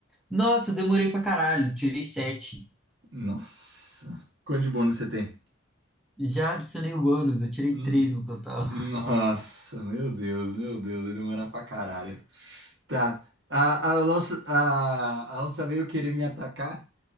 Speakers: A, in the centre; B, on the right (about 65°).
A: Nossa, eu demorei pra caralho, tirei sete.
B: Nossa. Quanto de bônus você tem?
A: Já adicionei o bônus, eu tirei
B: Hum,
A: três no total.
B: Nossa, meu Deus, meu Deus, vai demorar pra caralho. Tá. A, a, onça, a, a onça veio querer me atacar.